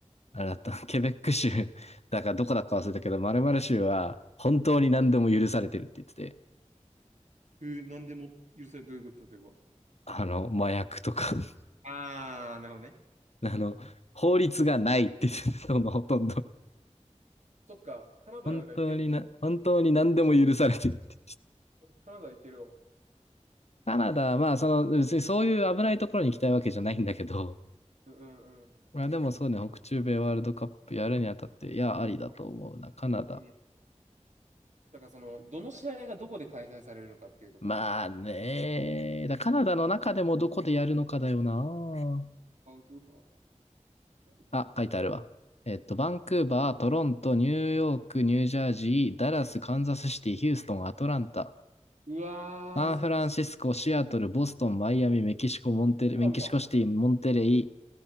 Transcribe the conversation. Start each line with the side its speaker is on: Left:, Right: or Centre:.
Left: あれだった、<laughs> ケベック州、だからどこだか忘れたけど、〇〇州は本当に何でも許されてるって言ってて、
Right: えー、なんでも許される、どういうこと例えば。
Left: あの、麻薬とか、<laughs>
Right: ああ、なるほどね。
Left: あの、法律がないって言ってたの <laughs> ほとんど。
Right: そっか、カナダがいけん、
Left: 本当にな、本当に何でも許されてるって。
Right: カナダいけるわ。
Left: カナダ、まあその、別にそういう危ないところに行きたいわけじゃないんだけど、
Right: うんうんうん。
Left: まあでもそうね、北中米ワールドカップやるにあたって、いや、
Right: あの、
Left: ありだと思うな。カナダ、
Right: えーだからその、どの試合がどこで開催されるのかっていうところも。
Left: まあね。だカナダの中でもどこでやるのかだよな。
Right: バンクーバー。なんか
Left: あ、書いてあるわ。えっと、バンクーバー、トロント、ニューヨーク、ニュージャージー、ダラス、カンザスシティ、ヒューストン、アトランタ、
Right: うわー、
Left: サンフランシスコ、
Right: そっち
Left: シアトル、ボストン、マイアミ、メキシコ、モンテレ、
Right: なんじゃん。
Left: メキシコシティ、モンテレイ、